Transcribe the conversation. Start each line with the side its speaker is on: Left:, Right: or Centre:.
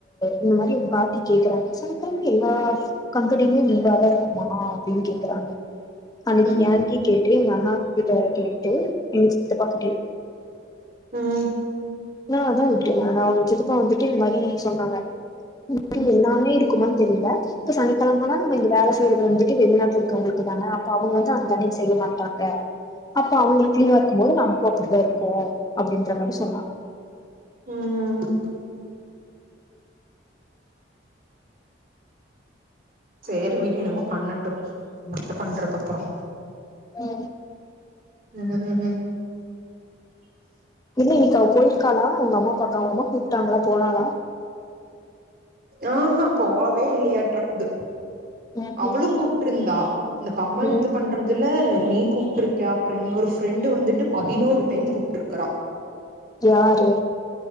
Left: இந்த மாதிரி பாட்டி கேக்குறாங்க சனிக்கிழமா எல்லா கம்பெனியுமே லீவா தான் இருக்குமா அப்படின்னு கேக்குறாங்க அன்னைக்கு
Right: ம்
Left: யாருக்கே கேட்டு அண்ணா கிட்ட கேட்டு எங்க சித்தப்பாகிட்ட
Right: ம்
Left: நான் அதான் விட்டுட்டே நானா அவங்க சித்தப்பா வந்துட்டு இது மாதிரி சொன்னாங்க
Right: ம்
Left: <unintelligible> எல்லாமே இருக்குமா தெரில இப்ப சனிக்கெழமனா நம்ம இந்த வேல செய்ரது வந்துட்டு வெளிநாட்ல இருக்கவங்களுக்கு தானே அப்ப அவுங்க வந்து அங்க அன்னிக்கு செய்ய மாட்டாங்க அப்ப அவங்களுக்கு லீவா இருக்கும்போது நமக்கு அப்படித்தா இருக்கு அப்படின்ற மாரி சொன்னாங்க
Right: உம் சரி விடு என்னமோ பண்ணட்டு மத்த பண்றது அப்புறம்
Left: ம்
Right: உம் உம்
Left: <unintelligible> க போயிருக்காளா அவங்க அம்மா பாக்க அவங்க அம்மா கூப்ட்டாங்கள போனாளா
Right: ஆஹா போவே இல்லையாட்ருக்குது
Left: ம்ஹ்ம்.
Right: அவளு கூப்ட்ருந்தா இந்த கம்மல்
Left: ம்
Right: இது பண்றதுல நீ கூப்பிட்டுருக்க அப்புறோ இன்னொரு ஃப்ரெண்டு வந்துட்டு பதினோரு டைம் கூப்பிட்ருக்கறா
Left: யாரு